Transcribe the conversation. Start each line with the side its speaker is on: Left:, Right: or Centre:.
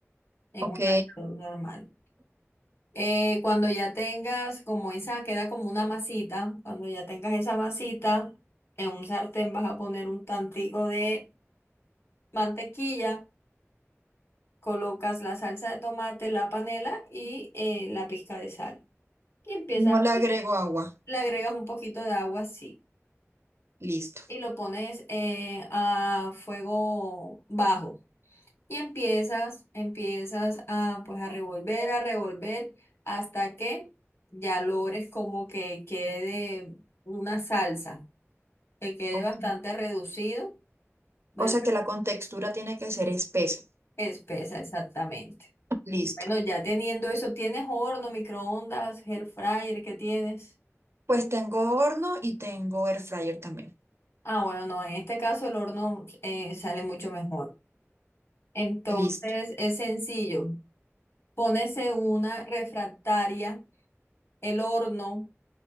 Left: en
Right: ok.
Left: un tallador normal. Eh, cuando ya tengas como esa, queda como una masita, cuando ya tengas esa masita, en un sartén vas a poner un tantico de mantequilla, colocas la salsa de tomate, la panela y eh, la pizca de sal. Y empieza,
Right: No le agrego agua.
Left: le agregas un poquito de agua así.
Right: Listo.
Left: Y lo pones eh, a fuego bajo. Y empiezas, empiezas a pues a revolver, a revolver hasta que ya logres como que quede una salsa, que quede
Right: Ok.
Left: bastante reducido, ¿verdad?
Right: O sea que la contextura tiene que ser espesa.
Left: Espesa exactamente.
Right: Listo.
Left: Bueno, ya teniendo eso, ¿tienes horno, microondas, air fryer? ¿Qué tienes?
Right: Pues tengo horno y tengo air fryer también.
Left: Ah, bueno, no, en este caso el horno eh, sale mucho mejor. Entonces
Right: Listo,
Left: es sencillo. Pónese una refractaria, el horno.